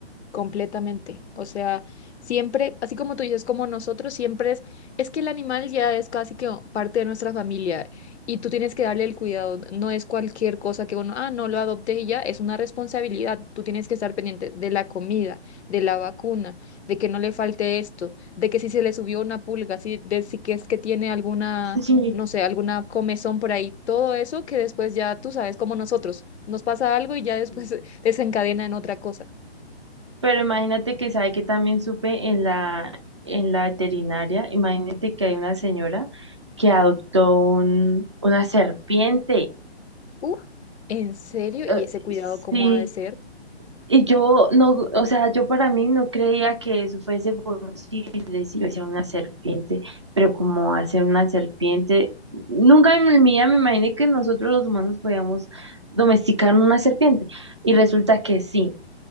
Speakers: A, on the left; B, on the right.
A: Completamente. O sea, siempre, así como tú dices, como nosotros, siempre es, es que el animal ya es casi que parte de nuestra familia y tú tienes que darle el cuidado. No es cualquier cosa que uno, ah, no lo adopte y ya, es una responsabilidad. Tú tienes que estar pendiente de la comida, de la vacuna, de que no le falte esto, de que si se le subió una pulga, si, de si que es que tiene alguna,
B: <laughs>
A: no sé, alguna comezón por ahí, todo eso que después ya tú sabes, como nosotros, nos pasa algo y ya después
B: Sí.
A: <laughs> desencadena en otra cosa.
B: Pero imagínate que sabe que también supe en la, en la veterinaria, imagínate que hay una señora que adoptó un, una serpiente.
A: Uf, ¿en serio? ¿Y
B: Eh,
A: ese cuidado cómo
B: Sí,
A: ha de ser?
B: y yo no, o sea, yo para mí no creía que eso fuese posible, si yo decía una serpiente, pero como hacer una serpiente, nunca en mi vida me imaginé que nosotros los humanos podíamos domesticar una serpiente, y resulta que sí.